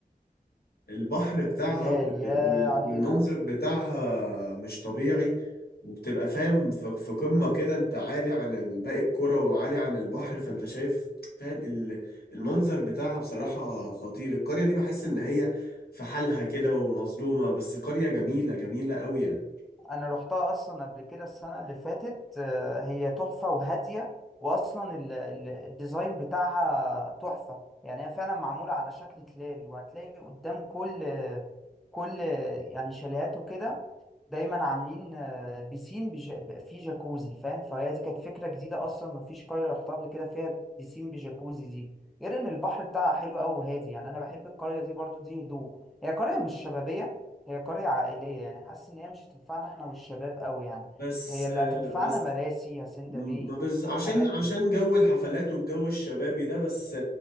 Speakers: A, on the left; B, in the centre.
A: البحر بتاعها
B: تلال
A: وال-
B: يا
A: وال-
B: على
A: والمنظر
B: الهدوء
A: بتاعها مش طبيعي وبتبقى فاهم في في قمة كده انت عالي عن ال- باقي الكرة وعالي عن البحر فانت شايف فاهم ال- المنظر بتاعها بصراحة خطير القرية دي بحس ان هي في حالها كده ومظلومة بس قرية جميلة جميلة قوي يعني
B: أنا روحتها أصلا قبل كده السنة اللي فاتت آه، هي تحفة وهادية وأصلا ال- ال- الديزاين بتاعها تحفة يعني هي فعلا معمولة على شكل تلال وهتلاقي قدام كل كل يعني شاليهات وكده دايما عاملين آه، بيسين بج... ب- فيه جاكوزي فاهم فهي دي كانت فكرة جديدة أصلا مفيش قرية رحتها قبل كده فيها بيسين بجاكوزي دي غير إن البحر بتاعها حلو أوي وهادي يعني أنا بحب القرية دي برضو دي هدوء هي قرية مش شبابية هي قرية عائلية يعني حاسس إن هي مش هتنفعنا إحنا والشباب أوي يعني
A: بس
B: هي اللي هتنفعنا
A: بس
B: مراسي هاسيندا
A: ما
B: باي
A: بز... عشان
B: الحاجات دي
A: عشان جو الحفلات والجو الشبابي ده بس